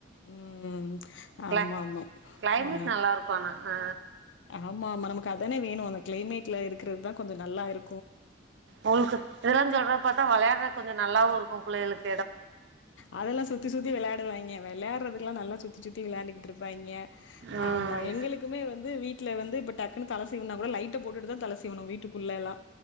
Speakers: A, on the left (about 75°); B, on the right (about 70°).
A: ம் ஆமாம்மா
B: கிளா கிளைமேட்
A: ஆ
B: நல்லாருக்கும் ஆனா ஆ
A: ஆமா நமக்கு அதானே வேணு அந்த கிளைமேட்ல இருக்றது தா கொஞ்சோ நல்லா இருக்
B: ஒங்ளுக்கு இதெல்லா சொல்றத பாத்தா வெளையாடுறதுக் கொஞ்சோ நல்லாவு இருக்கு பிள்ளைகளுக்
A: அதெல்லா சுத்தி சுத்தி வெளையாடுவாங்கே வெளையாடுறதுக்ல்லா நல்லா சுத்தி சுத்தி விளையாண்டுகிட்ருப்பாங்கே
B: ம்
A: ஆமா எங்ளுக் குமே வந்து வீட்ல வந்து இப்ப டக்குன்னு தல சீவுன்னா கூட லைட்ட போட்டுட்டு தா தல சீவனு வீட்டுக்குள்ளல்லா